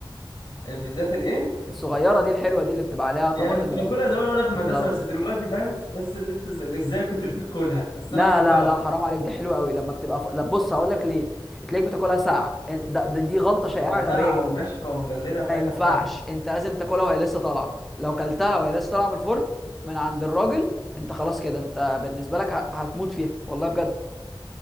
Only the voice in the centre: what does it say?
الصغيره دي الحلوه دي اللي بتبقى عليها طماطم
وفلفل
اخضر
لا
لا لا حرام عليك دي حلوه قوي لما بتبقى ف... لا بص هقول لك ليه تلاقيك بتاكلها ساقعه ده, ده دي غلطه شائعه
غبيه جدا
ما
ينفعش
انت لازم تاكلها وهي لسه طالعه لو كلتها وهي لسه طالعه من الفرن من عند الراجل انت خلاص كده انت بالنسبه لك ه- هتموت فيها والله بجد